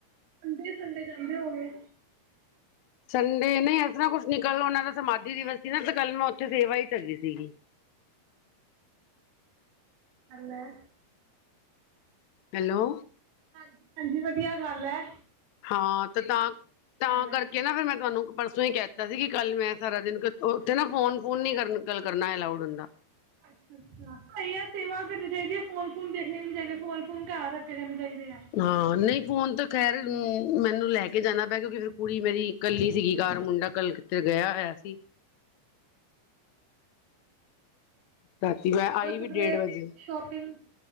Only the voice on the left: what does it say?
ਸੰਡੇ ਨਹੀਂ ਐਸ ਤਰ੍ਹਾਂ ਕੁਛ ਨੀ, ਕੱਲ ਉਹਨਾਂ ਦਾ ਸਮਾਧੀ ਦਿਵਸ ਸੀ ਨਾ ਤੇ ਕੱਲ ਮੈਂ ਉੱਥੇ ਸੇਵਾ ਹੀ ਕਰੀ ਸੀਗੀ।
ਹੈਲੋ।
ਹਾਂ ਤੇ ਤਾਂ ਤਾਂ
ਕਰਕੇ ਨਾ ਫੇਰ ਮੈਂ ਤੁਹਾਨੂੰ ਪਰਸ ਓਥੋਂ ਹੀ ਕਹਿਤਾ ਸੀ ਕਿ ਕੱਲ ਮੈਂ ਸਾਰਾ ਦਿਨ ਉੱਥੇ ਨਾ ਫੋਨ ਫੂਨ ਨੀ ਕਰਨਾ ਗੱਲ ਕਰਨਾ ਅਲਾਊਡ ਹੁੰਦਾ।
ਹਾਂ ਨਹੀਂ ਫੋਨ ਤੇ ਖੈਰ ਆਂ ਮੈਨੂੰ ਲੈ ਕੇ ਜਾਣਾ ਪਿਆ ਕਿਉਂਕਿ ਫਿਰ ਕੁੜੀ ਮੇਰੀ ਕੱਲੀ ਸੀਗੀ ਘਾਰ ਮੁੰਡਾ ਕੱਲਕੱਤੇ ਗਿਆ ਹੋਇਆ ਸੀ। ਰਾਤੀ ਮੈਂ
ਆਈ
ਵੀ ਡੇਢ ਵਜੇ।